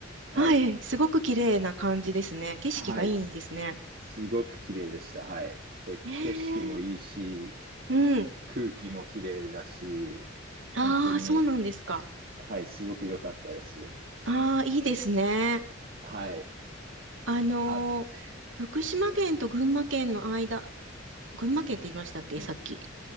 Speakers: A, on the right; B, on the right.
A: はい。
B: はい。すごく綺麗な感じですね。
A: す
B: 景色がいいんですね。
A: はい、す、すごく綺麗でした。はい。で、
B: ええ、
A: 景色もいいし、
B: うん。
A: 空気も綺麗だし、
B: ああ、
A: 本当に、
B: そうなんですか。
A: はい、すごく良かったです。
B: ああ、いいですね。
A: はい。
B: あのー福島県と群馬県の間、
A: あ、
B: 群馬県って言いましたっけ、
A: え
B: さっき。